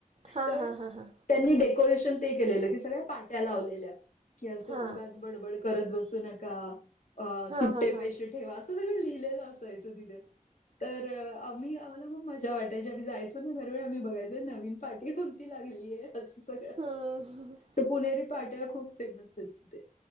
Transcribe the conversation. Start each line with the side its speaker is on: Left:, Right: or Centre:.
Right: हां,
Left: तर
Right: हां, हां, हां.
Left: त्यांनी डेकोरेशन ते केलेलं की सगळ्या पाट्या लावलेल्या की असं
Right: हां.
Left: उगाच बडबड करत बसू नका. अ
Right: हां,
Left: सुट्टे
Right: हां, हां.
Left: पैसे ठेवा. सगळं लिहिलेलं असायचं तिथे. तर आम्ही आम्हाला पण मजा वाटायची आम्ही जायचो ना दर वेळ आम्ही बघायचो नवीन पाठी हून ती लागलीये अस सगळे
Right: हम्म! हह!
Left: त्या पुणेरी पाट्या खूप फेमस ये ते.